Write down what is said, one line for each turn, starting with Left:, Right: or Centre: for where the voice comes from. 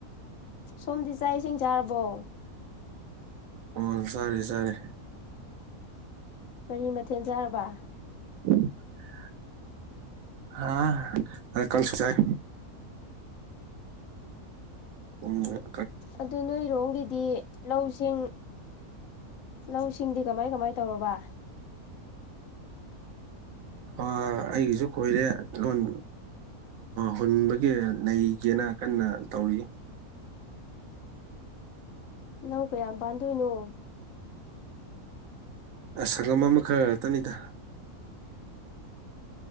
Left: ꯁꯣꯝꯗꯤ ꯆꯥꯛ ꯏꯁꯤꯡ ꯆꯥꯔꯕꯣ
Right: ꯎꯝ ꯆꯥꯔ ꯆꯔꯦ
Left: ꯀꯔꯤ ꯃꯊꯦꯜ ꯆꯥꯔꯕ
Right: <inaudible> ꯍꯥ ꯀꯟꯁꯨ ꯆꯥꯏ ꯄꯨꯡꯖ‌ꯦ
Left: ꯑꯗꯨ ꯅꯣꯏꯔꯣꯝꯒꯤꯗꯤ ꯂꯧꯁꯤꯡ ꯂꯧꯁꯤꯡꯗꯤ ꯀꯃꯥꯏ ꯀꯃꯥꯏ ꯇꯧꯔꯕ
Right: ꯑ ꯑꯩꯒꯤꯁꯨ ꯀꯣꯏꯔꯦ ꯂꯣꯟ ꯍꯨꯟꯕꯒꯤ ꯅꯩꯒꯦꯅ ꯀꯟꯅ ꯇꯧꯔꯤ
Left: ꯂꯧ ꯀꯌꯥꯝ ꯄꯥꯟꯗꯣꯏꯅꯣ
Right: ꯑ ꯁꯪꯒꯝ ꯑꯃ ꯈꯔꯒꯛꯇꯅꯤꯗ